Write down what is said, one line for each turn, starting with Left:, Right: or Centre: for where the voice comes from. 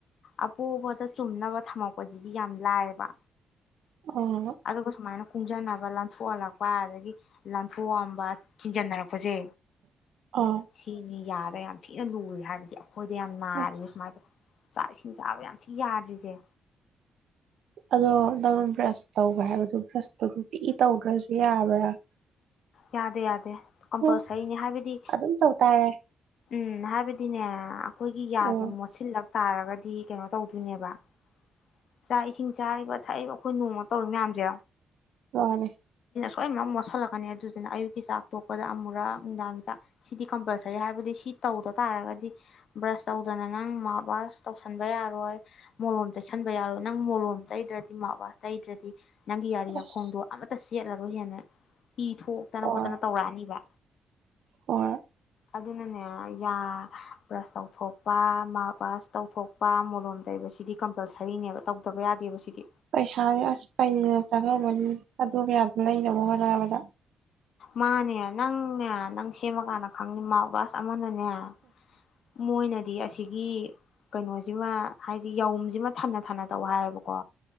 Left: ꯑꯄꯣꯕꯗ ꯆꯨꯝꯅꯕ ꯊꯝꯃꯛꯄꯁꯤꯗꯤ ꯌꯥꯝ ꯅꯥꯏꯑꯦꯕ
Right: ꯑꯥ
Left: ꯑꯗꯨꯒꯁ ꯁꯨꯃꯥꯏꯅ ꯀꯨꯡꯖꯟꯅꯕ ꯂꯥꯟꯊꯣꯛꯍꯜꯂꯛꯄ ꯑꯗꯒꯤ ꯂꯥꯟꯊꯣꯛꯑꯝꯕ ꯊꯤꯡꯖꯤꯟꯅꯔꯛꯄꯁꯦ
Right: ꯑꯥ
Left: ꯁꯤꯅꯤ ꯌꯥ ꯌꯥꯝ ꯊꯤꯅ ꯂꯨꯏ ꯍꯥꯏꯕꯗꯤ ꯈꯣꯏꯗꯤ ꯌꯥꯝ ꯅꯥꯔꯤ
Right: ꯑꯁ
Left: ꯁꯨꯃꯥꯏꯅ ꯇꯧ ꯆꯥꯛ ꯏꯁꯤꯡ ꯆꯥꯕ ꯌꯥꯝ ꯊꯤ ꯌꯥꯗ꯭ꯔꯤꯁꯦ
Right: ꯑꯗꯣ ꯅꯪ ꯕ꯭ꯔꯁ ꯇꯧꯕ ꯍꯥꯏꯕꯗꯨ ꯕ꯭ꯔꯁꯇꯨ ꯅꯨꯡꯇꯤꯒꯤ ꯇꯧꯗ꯭ꯔꯁꯨ ꯌꯥꯔꯣꯏ ꯍꯥꯏ
Left: ꯌꯥꯗꯦ ꯌꯥꯗꯦ ꯀꯝꯄꯜꯁꯔꯤꯅꯦ
Right: ꯎꯝ
Left: ꯍꯥꯏꯕꯗꯤ
Right: ꯑꯗꯨꯝ ꯇꯧ ꯇꯥꯔꯦ
Left: ꯎꯝ ꯍꯥꯏꯕꯗꯤꯅꯦ ꯑꯩꯈꯣꯏꯒꯤ ꯌꯥꯁꯦ
Right: ꯎꯝ
Left: ꯃꯣꯠꯁꯤꯜꯂꯛ ꯇꯥꯔꯒꯗꯤ ꯀꯩꯅꯣ ꯇꯧꯗꯣꯏꯅꯦꯕ ꯆꯥꯛ ꯏꯁꯤꯡ ꯆꯥꯔꯤꯕ ꯊꯛꯏꯕ ꯑꯩꯈꯣꯏ ꯅꯣꯡꯃ ꯇꯧꯔꯤ ꯃꯌꯥꯝꯁꯦ
Right: ꯃꯥꯅꯦ
Left: ꯂꯣꯏꯅꯃꯛ ꯃꯣꯠꯁꯤꯜꯂꯛꯀꯅꯤ ꯑꯗꯨꯗꯨꯅ ꯑꯌꯨꯛꯀꯤ ꯆꯥꯛ ꯇꯣꯛꯄꯗ ꯑꯃꯨꯔꯛ ꯅꯨꯡꯗꯥꯡ ꯆꯥꯛ ꯁꯤꯗꯤ ꯀꯝꯄꯜꯁꯔꯤ ꯍꯥꯏꯕꯗꯤ ꯁꯤ ꯇꯧꯗ ꯇꯥꯔꯒꯗꯤ ꯕ꯭ꯔꯁ ꯇꯧꯗꯅ ꯅꯪ ꯃꯥꯎꯠ ꯋꯥꯁ ꯇꯧꯁꯟꯕ ꯌꯥꯔꯣꯏ ꯃꯣꯂꯣꯝ ꯇꯩꯁ ꯈꯟꯕ ꯌꯥꯔꯣꯏ ꯅꯪ ꯃꯣꯂꯣꯝ ꯇꯩꯗ꯭ꯔꯗꯤ ꯃꯥꯥꯎꯠ ꯋꯥꯁ ꯇꯩꯗ꯭ꯔꯗꯤ ꯅꯪꯒꯤ ꯌꯥꯔꯤ
Right: ꯑꯁ
Left: ꯌꯥꯈꯣꯡꯗꯣ ꯑꯃꯠꯇ ꯆꯦꯠꯂꯔꯣꯏ ꯍꯦꯟꯅ ꯏ ꯊꯣꯛꯇꯅ
Right: ꯍꯣꯏ
Left: ꯈꯣꯠꯇꯅ ꯇꯧꯔꯛꯑꯅꯤꯕ
Right: ꯍꯣꯏ
Left: ꯑꯗꯨꯅꯅꯦ ꯌꯥ ꯕ꯭ꯔꯁ ꯇꯧꯊꯣꯛꯄ ꯃꯥꯎꯠ ꯋꯥꯁ ꯇꯧꯊꯣꯛꯄ ꯃꯣꯂꯣꯝ ꯇꯩꯕꯁꯤꯗꯤ ꯀꯝ ꯄꯜꯁꯔꯤꯅꯦꯕ ꯇꯧꯗꯕ ꯌꯥꯗꯦꯕ ꯁꯤꯗꯤ
Right: ꯄꯩꯁꯥꯥꯗꯤ ꯑꯥꯁ ꯄꯩꯅ ꯆꯪꯉꯝꯃꯅꯤ ꯑꯗꯨꯃꯌꯥꯝ ꯂꯩꯅꯕ ꯍꯣꯠꯅꯕꯗ
Left: ꯃꯥꯅꯦ ꯅꯪꯅꯦ ꯅꯪ ꯁꯦꯝꯃꯀꯥꯟꯗ ꯈꯪꯅꯤ ꯃꯥꯎꯠ ꯋꯥꯁ ꯑꯃꯅꯅꯦ <unintelligible> ꯃꯣꯏꯅꯗꯤ ꯑꯁꯤꯒꯤ ꯀꯩꯅꯣꯁꯤꯃ ꯍꯥꯏꯗꯤ ꯌꯥꯎꯨꯝꯁꯤꯃ ꯊꯟꯅ ꯊꯟꯅ ꯇꯧ ꯍꯥꯏꯌꯦꯕꯀꯣ